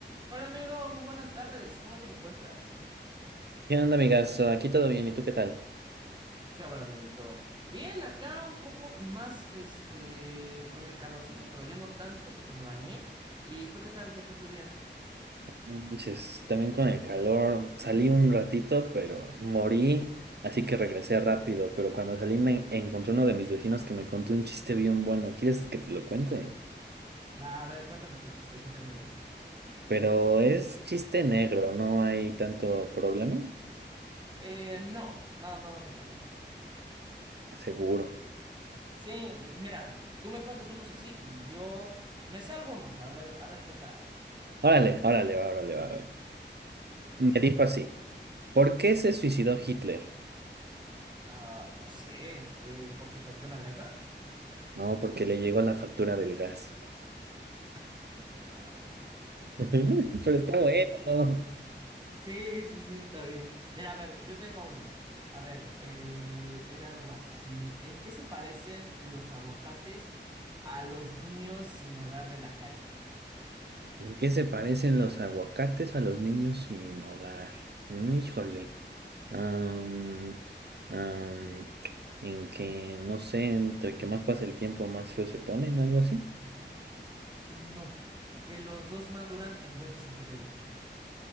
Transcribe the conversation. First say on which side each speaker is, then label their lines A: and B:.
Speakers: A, on the right; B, on the right.
A: Hola amigo, muy buenas tardes, ¿cómo te encuentras?
B: ¿Qué onda, amigazo? Aquí todo bien, ¿y tú qué tal?
A: Qué bueno amiguito. Bien, acá un poco más, este, con el calorcito, pero ya no tanto porque me bañé. ¿Y tú qué tal? ¿Qué tal tu día?
B: No manches, también con el calor. Salí un ratito, pero morí, así que regresé rápido. Pero cuando salí me encontré uno de mis vecinos que me contó un chiste bien bueno. ¿Quieres que te lo cuente?
A: Va, a ver, cuéntame tu chistecito, amigo.
B: Pero es chiste negro, no hay tanto problema.
A: Eh, no, no, no, no te preocupes.
B: Seguro.
A: Sí, eh, mira, tú me cuentas unos así y yo me sé algunos, a ver, a ver qué tal.
B: Órale, órale, va, órale, va, a ver.
A: Va.
B: Me dijo así, ¿por qué se suicidó Hitler?
A: Ah, no sé, eh, ¿por qué perdió la guerra?
B: No, porque le llegó la factura del gas.
A: <laughs> Qué mala onda.
B: <laughs> Pero está bueno.
A: Sí, sí, sí, está bien. Mira, a ver, yo tengo uno. A ver, eh, era algo así. ¿En qué se parecen los aguacates a los niños sin hogar de la calle?
B: ¿En qué se parecen los aguacates a los niños sin hogar? Mm, híjole. Am, am, en que, no sé, entre que más pasa el tiempo, más feo se ponen, algo así.
A: No, que los dos maduran envueltos en periódico.